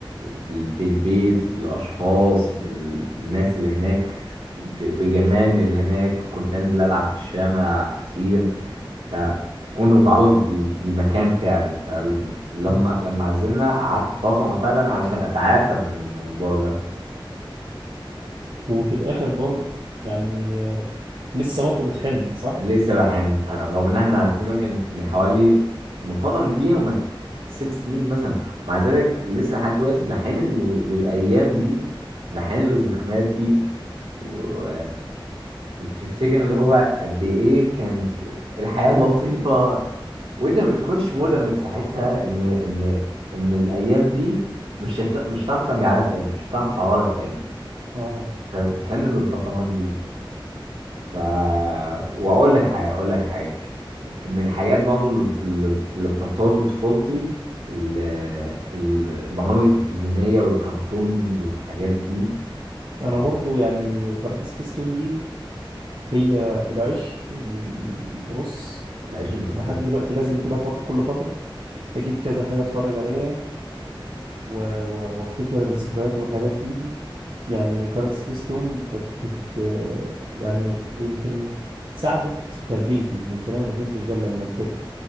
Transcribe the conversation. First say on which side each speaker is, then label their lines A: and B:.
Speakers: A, on the right; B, on the right.
A: بال... بالبيت بالاشخاص بال... بالناس اللي هناك ب... بجيراني اللي هناك كنت انزل العب في الشارع كتير فكنت متعلق بال... بالمكان فعلا فلما
B: اه
A: لما عزلنا قعدت فترة فعلا علشان اتعافى من الموضوع ده
B: وفي الآخر برضو يعني آه، لسه برضو بتحلم صح؟
A: لسه بحن أنا- رغم ان احنا
B: اه
A: عزلنا من من حوالي من فتره كبيره ما ست سنين مثلا ومع ذلك لسه لحد دلوقتي بحن لل- للايام دي بحن للذكريات دي و بتفتكر اللي هو قد ايه كانت الحياه <laughs> لطيفه وانت ما بتكونش مدرك ساعتها ان ان ان الايام دي مش هت... مش هتعرف ترجع لها تاني مش هتعرف تعوضها تاني
B: اه
A: فبتحن للفترات دي ف واقول لك حاجه اقول لك حاجه من الحاجات برضه اللي اللي بترتبط بطفولتي ال- ال- البرامج التلفزيونيه والكرتونز والحاجات دي آه،
B: أنا برضو يعني قناة سبيستون دي, دي هي العشق اللي بص
A: العيش
B: يمكن
A: الممنوع
B: لحد دلوقتي لازم كده فترة كل فترة أجيب كذا حاجة أتفرج عليها و- و- وافتكر الذكريات والحاجات دي يعني قناة سبيستون كانت بت يعني يمكن ساعدت في تربيتي يمكن أنا ما فهمتش ده لما كبرت